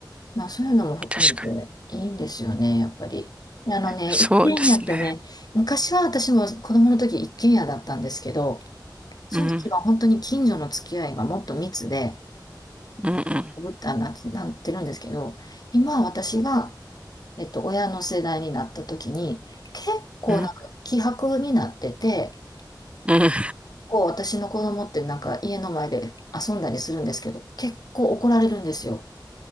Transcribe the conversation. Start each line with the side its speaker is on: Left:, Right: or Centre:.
Left: まあそういうのも含めていいんですよね、
Right: 確かに。
Left: やっぱり。あのね、
Right: そうですね。
Left: 一軒家ってね、昔は私も子供の時一軒家だったんですけど、その時は本当に近所の付き合いがもっと密で、
Right: うん、うん、うん、
Left: ぶったな、なんてるんですけど、今私が、えっと、親の世代になった時に、結構なんか希薄になってて、
Right: うん、う
Left: こう私の子供ってなんか家の前で遊んだりするんですけど、結構怒られるんですよ。